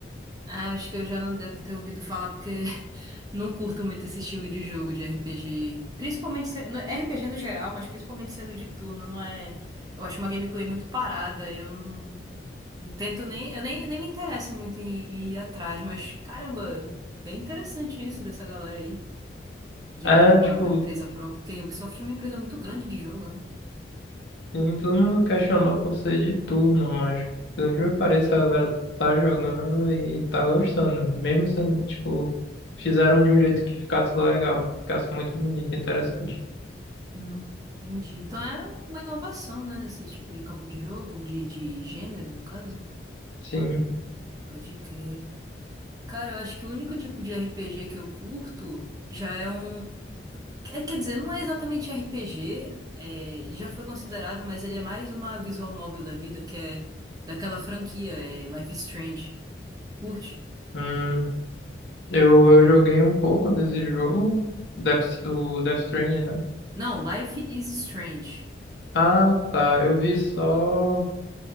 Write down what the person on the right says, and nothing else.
Ah, acho que eu já não devo ter ouvido falar porque <laughs> não curto muito esse estilo de jogo de RPG. Principalmente sendo, no- RPG no geral, mas principalmente sendo de turno, não é? Eu acho uma gameplay muito parada, eu não, não tento nem, eu nem, nem me interesso muito em, em ir atrás, mas caramba, bem interessante isso dessa galera aí de
abrir uma,
uma empresa própria, porque a Ubisoft é uma empresa muito grande de jogo, né?
Hum, entendi. Então é uma inovação, né, nesse tipo de campo de jogo, de, de gênero, no caso.
Pode crer. Cara, eu acho que o único tipo de RPG que eu curto já é um. é, Quer dizer, não é exatamente RPG, é, ele já foi considerado, mas ele é mais uma visual novel da vida, que é daquela franquia, é Life is Strange. Curte?
Não, Life is Strange.